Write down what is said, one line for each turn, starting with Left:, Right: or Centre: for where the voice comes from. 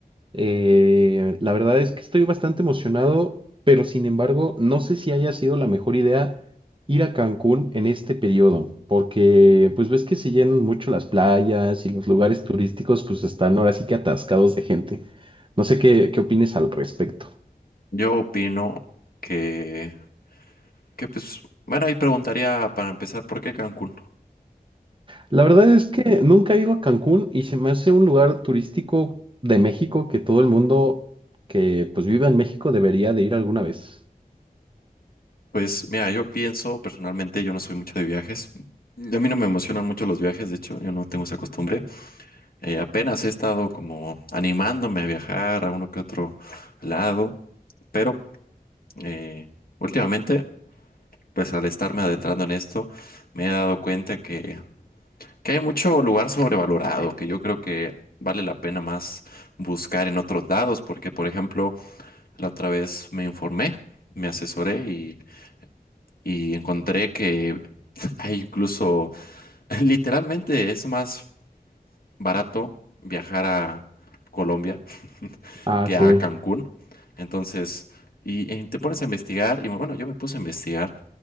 Right: Eh, la verdad es que estoy bastante emocionado, pero sin embargo, no sé si haya sido la mejor idea ir a Cancún en este periodo, porque pues ves que se llenan mucho las playas y los lugares turísticos, pues están ahora sí que atascados de gente. No sé qué, qué opines al respecto.
Left: Yo opino que, que pues, bueno, ahí preguntaría para empezar, ¿por qué Cancún?
Right: La verdad es que nunca he ido a Cancún y se me hace un lugar turístico de México que todo el mundo que pues vive en México debería de ir alguna vez.
Left: Pues mira, yo pienso personalmente, yo no soy mucho de viajes. A mí no me emocionan mucho los viajes, de hecho, yo no tengo esa costumbre. Eh, apenas he estado como animándome a viajar a uno que otro lado, pero eh, últimamente, pues al estarme adentrando en esto, me he dado cuenta que que hay mucho lugar sobrevalorado, que yo creo que vale la pena más buscar en otros lados, porque por ejemplo, la otra vez me informé, me asesoré y, y encontré que <laughs> hay incluso, <laughs> literalmente es más barato viajar a Colombia
Right: Ah,
Left: que
Right: sí.
Left: a Cancún. Entonces, y, eh, te pones a investigar, y bueno, yo me puse a investigar